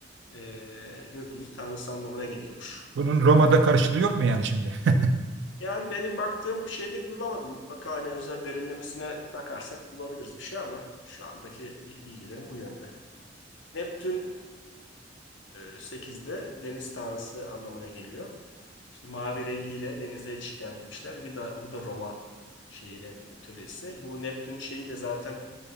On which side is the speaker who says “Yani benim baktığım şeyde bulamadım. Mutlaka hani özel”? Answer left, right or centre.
Left